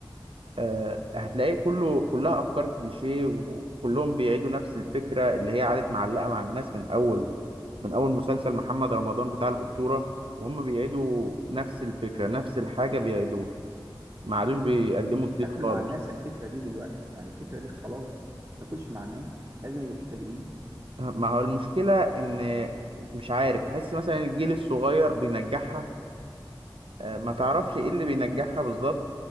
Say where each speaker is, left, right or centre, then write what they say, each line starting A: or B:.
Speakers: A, on the right; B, on the right.
A: آه، هتلاقيه كله كلها افكار كليشيه وكلهم بيعيدوا نفس الفكره اللي هي قعدت معلقه مع الناس من اول من اول مسلسل محمد رمضان بتاع الاسطوره وهم بيعيدوا نفس الفكره نفس الحاجه بيعيدوها ما عادوش بيقدموا
B: ما بقتش
A: جديد
B: تاكل
A: خالص
B: مع الناس الفكره دي دلوقتي يعني الفكره دي خلاص ما تاكلش مع الناس لازم يبقى في تجديد
A: <laughs> ما هو المشكله ان مش عارف تحس مثلا الجيل الصغير بينجحها آه، ما تعرفش ايه اللي بينجحها بالظبط